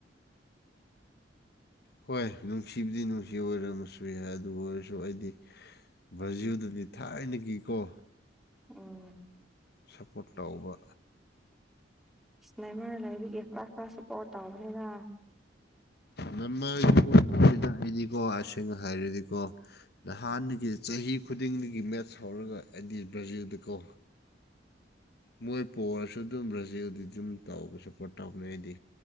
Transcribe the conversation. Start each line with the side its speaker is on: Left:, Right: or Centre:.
Centre: <inaudible>
Left: ꯍꯣꯏ ꯅꯨꯡꯁꯤꯕꯗꯤ ꯅꯨꯡꯁꯤ ꯑꯣꯏꯔꯝꯃꯁꯨ ꯌꯥꯏ ꯑꯗꯨ ꯑꯣꯏꯔꯁꯨ ꯑꯩꯗꯤ ꯚ꯭ꯔꯖꯤꯜꯗꯨꯗꯤ ꯊꯥꯏꯅꯒꯤꯀꯣ
Centre: ꯎꯝ
Left: ꯁꯞꯄꯣꯔꯠ ꯇꯧꯕ
Centre: ꯏꯁ ꯂꯩꯃꯔ ꯂꯩꯕꯤꯒꯤ ꯈꯔ ꯈꯔ ꯁꯞꯄꯣꯔꯠ ꯇꯧꯕꯅꯤꯗ
Left: ꯅꯥꯃꯥꯏ ꯑꯩꯗꯤꯀꯣ ꯑꯁꯦꯡꯅ ꯍꯥꯏꯔꯗꯤꯀꯣ ꯅꯍꯥꯟꯗꯒꯤ ꯆꯍꯤ ꯈꯨꯗꯤꯡꯗꯒꯤ ꯃꯦꯠꯁ ꯍꯧꯔꯒ ꯑꯩꯗꯤ ꯕ꯭ꯔꯥꯖꯤꯜꯗ ꯀꯣ ꯃꯣꯏ ꯄꯣꯔꯁꯨ ꯑꯗꯨꯝ ꯕ꯭ꯔꯥꯖꯤꯜꯗꯤ ꯑꯗꯨꯝ ꯇꯧꯕ ꯁꯄꯣꯔꯠ ꯇꯧꯕꯅꯦ ꯑꯩꯗꯤ